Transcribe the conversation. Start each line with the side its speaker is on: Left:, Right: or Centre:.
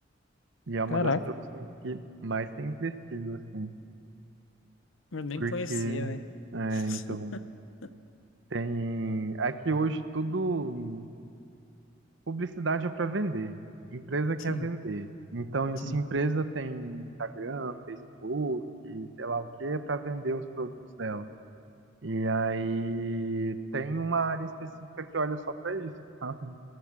Right: E é
Left: caraca.
Right: uma das profissões que mais tem crescido, assim.
Left: Eu nem
Right: Porque,
Left: conhecia, né?
Right: é,
Left: <laughs>
Right: então, tem. Aqui hoje tudo. Publicidade é para vender. Empresa quer
Left: Sim,
Right: vender. Então,
Left: sim.
Right: se empresa tem Instagram, Facebook, sei lá o que, é para vender os produtos dela. E aí tem uma área específica que olha só para isso, sabe?